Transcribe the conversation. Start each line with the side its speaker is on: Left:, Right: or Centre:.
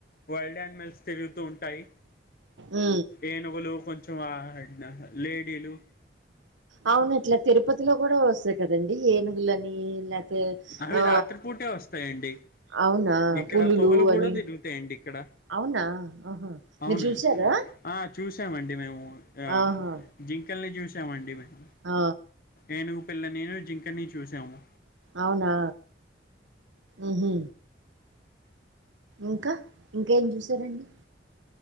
Left: వైల్డ్ ఆనిమల్స్ తిరుగుతూ ఉంటాయి
Right: ఉ
Left: ఏనుగులు కొంచం ఆ లేడీలు
Right: అవును ఇట్లా తిరుపతిలో కూడా వస్తాయి కదండి ఏనుగులని లేతే
Left: అవి
Right: ఆ
Left: రాత్రి పూట్ టె వస్తాయండి
Right: అవునా
Left: ఇక్కడ
Right: పులులు
Left: పొగలు
Right: అని
Left: కూడా తిరుగుతాయండి ఇక్కడ
Right: అవునా ఆహా
Left: అవునండి
Right: మీరు చూసారా
Left: ఆ చూసామండి మేము ఆ
Right: ఆహా
Left: జింకల్ని చూసామండి మేం
Right: ఆ
Left: ఏనుగు పిల్ల నీను జింకని చూసాము
Right: అవునా ఊహు ఇంకా ఇంకా ఏం చూసారండి